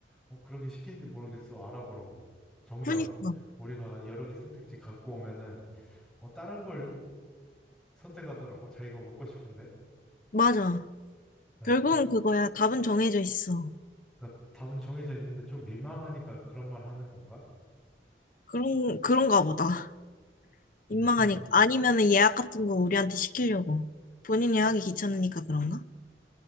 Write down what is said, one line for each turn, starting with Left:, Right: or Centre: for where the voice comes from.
Centre: 어, 그렇게 시킨지 모르겠어. 알아보라고. 정작
Left: 그니까
Centre: 우리가 여러 개 선택지 갖고 오면은 어, 다른 걸 선택하더라고. 자기가 먹고 싶은데.
Left: 맞아.
Centre: 아,
Left: 결국은
Centre: 그, 러니
Left: 그거야. 답은 정해져 있어.
Centre: 까 답은 정해져 있는데 좀 민망하니까 그런 말 하는 건가?
Left: 그런 그런가 보다. 민망하니까
Centre: 음.
Left: 아니면은 예약 같은 거 우리한테 시키려고. 본인이 하기 귀찮으니까 그런가?